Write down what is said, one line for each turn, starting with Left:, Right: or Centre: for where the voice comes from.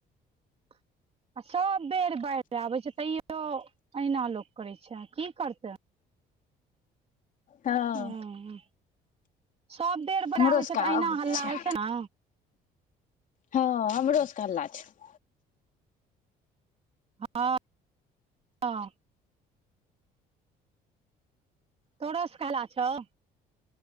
Right: <unintelligible> आ सब बेर बाढ़ि आबे छैय तैयो अहिना लोक करे छै की करते।
Left: हँ
Right: ह सब बेर बादढ
Left: हमरो
Right: आबै
Left: सबके
Right: छैय तऽ अहिना हल्ला
Left: छै
Right: होइ छैय ने।
Left: हँ हमरो सबके हल्ला छैय।
Right: हँ। हँ। तोरो सऽ कऽ हाला छौय।